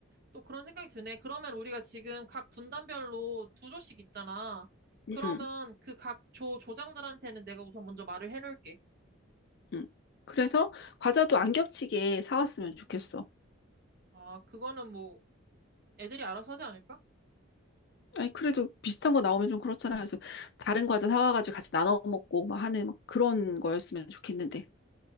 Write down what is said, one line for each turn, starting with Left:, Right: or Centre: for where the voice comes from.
Right: 또 그런 생각이 드네. 그러면 우리가 지금 각 분단별로 두 조씩 있잖아. 그러면
Left: 응.
Right: 그 각 조, 조장들한테는 내가 우선 먼저 말을 해놓을게.
Left: 응. 그래서 과자도 안 겹치게 사왔으면 좋겠어.
Right: 아, 그거는 뭐 애들이 알아서 하지 않을까?
Left: 아니, 그래도 비슷한 거 나오면 좀 그렇잖아. 그래서 다른 과자 사와가지고 같이 나눠 먹고 막 하는 막 그런 거였으면 좋겠는데.